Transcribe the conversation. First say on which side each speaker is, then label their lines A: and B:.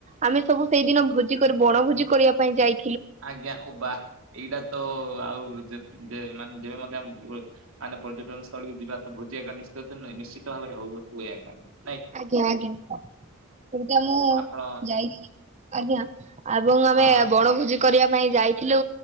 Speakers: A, on the right; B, on the right.
A: ଆମେ ସବୁ ସେଇଦିନ ଭୋଜି କରି ବଣଭୋଜି କରିବା ପାଇଁ ଯାଇ
B: ଆଜ୍ଞା ଓବା ଏଇଡ଼ା ତ ଆଉ ଯେ ଦେ ମାନେ ଯେବେ ମଧ୍ୟ ଆମେ ବ ମାନେ ପର୍ଯ୍ୟଟନ ସ୍ଥଳୀକୁ ଯିବା ତ ଭୋଜି ୟାକା <unintelligible> ନୁହେଁ ନିଶ୍ଚିତ ଭାବରେ ହୋଉ ହୁଏ ଆଗେ ଆଗେ
A: ଆଜ୍ଞା ଆଜ୍ଞା ସେଇଡ଼ା ମୁଁ
B: ଆପଣ
A: ଯାଇ ଆଜ୍ଞା। ଆବଂ ଆମେ
B: ହଁ
A: ବଣଭୁଜି କରିବା ପାଇଁ ଯାଇଥିଲୁ